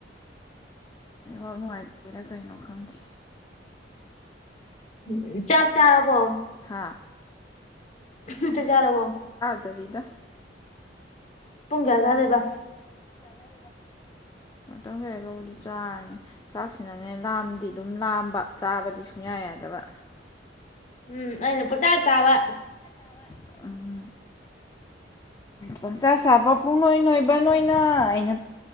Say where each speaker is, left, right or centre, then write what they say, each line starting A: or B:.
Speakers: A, on the left; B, on the left.
A: ꯅꯦꯠ ꯋꯥꯛ ꯅꯨꯡꯉꯥꯏ ꯇ꯭ꯔꯤꯔꯥ ꯀꯩꯅꯣ ꯈꯪꯗꯦ
B: ꯎꯝ ꯎꯝ ꯆꯥꯛ ꯆꯥꯔꯕꯣ
A: ꯑꯥ
B: ꯎꯝꯍ ꯆꯥꯛ ꯆꯥꯔꯕꯣ
A: ꯇ꯭ꯔꯤꯗ
B: ꯄꯨꯡ ꯀꯌꯥ ꯆꯗꯩꯕ
A: ꯆꯗꯩꯕ ꯉꯇꯪ ꯂꯩꯔꯒꯕꯨꯗꯤ ꯆꯥꯔꯅꯤ ꯆꯥꯛꯁꯤꯅꯅꯦ ꯂꯥꯝꯗꯤ ꯗꯨꯝ ꯂꯥꯝꯕ ꯆꯥꯕꯗꯤ ꯁꯨꯡꯌꯥ ꯌꯥꯗꯕ
B: ꯎꯝ ꯑꯩꯅ ꯄꯨꯆꯥ ꯆꯥꯕ
A: ꯆꯥꯕ ꯎꯝ ꯄꯪꯆꯥ ꯆꯥꯕ ꯄꯨꯡ ꯅꯣꯏ ꯅꯣꯏꯕ ꯅꯣꯏꯅ ꯑꯩꯅ